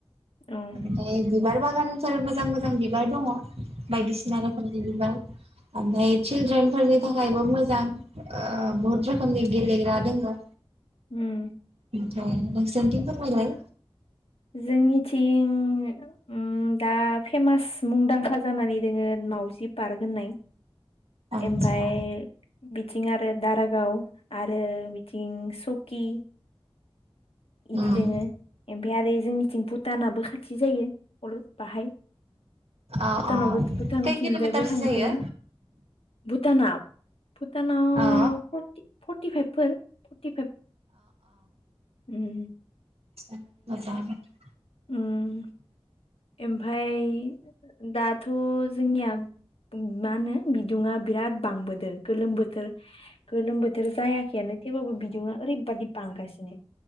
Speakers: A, on the left; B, on the right.
A: उम
B: ओमफाय बि बिबार बागानफोर मोजां मोजां बिबार दङ' बायदिसिना रोखोमनि बिबार आमफाय सिलद्रेन फोरनि थाखायबो मोजां ओ बहुत रोखोमनि गेलेग्रा दङो।
A: ओम।
B: ओमफ्राय नोंसोरनिथिं फोरमायलाय।
A: जोंनिथिं ओम दा फेमास मुंदांखा जानानै दोङो मावाउजि पार्क होननाय।
B: आदसा
A: एमफ्राय बिदि थिं आरो दारागाव। आरो बिथिं सु सुकि इदि
B: उम
A: दोङो इमफ्राय आरो जोंनि थिं भुटानाबो खाथि जायो <unintelligible> बाहाय
B: अ
A: भुटानावबो
B: अ
A: भुटान
B: खै
A: थिंजाय
B: किल'मिटारसो
A: बो थांजायो।
B: जायो
A: भुटाना भुटानाव
B: अ
A: फर्टि फर्टिफाइभफोर फटिफाइभ उम।
B: सा मोजांङानो।
A: उम। ओमफाय इ दाथ थ' जोंनिया मा होनो बिदुुङा बिराद बांबोदो गोलोम बोथोर गोलोम बोथ थोर जायाखैयानो थेवब्लााबो बिदुङा ओरैबादि बांगासिनो,